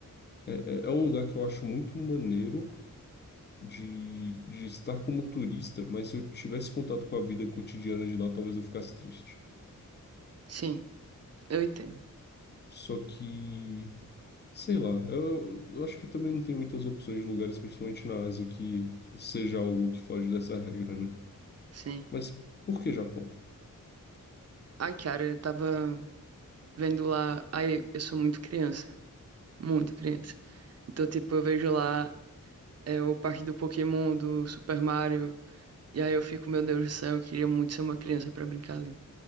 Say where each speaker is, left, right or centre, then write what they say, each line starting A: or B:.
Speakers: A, on the left; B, on the right.
A: é, é é um lugar que eu acho muito maneiro de, de estar como turista, mas se eu tivesse contato com a vida cotidiana de lá, talvez eu ficasse triste.
B: Sim, eu entendo.
A: Só que, sei lá, eu, eu acho que também não tem muitas opções de lugares, principalmente na Ásia, que seja algo que foge dessa regra, né?
B: Sim.
A: Mas por que Japão?
B: Ai, cara, eu tava vendo lá. Ai, eu sou muito criança. Muito criança. Então, tipo, eu vejo lá é, o parque do Pokémon, do Super Mario. E aí eu fico, meu Deus do céu, eu queria muito ser uma criança pra brincar ali.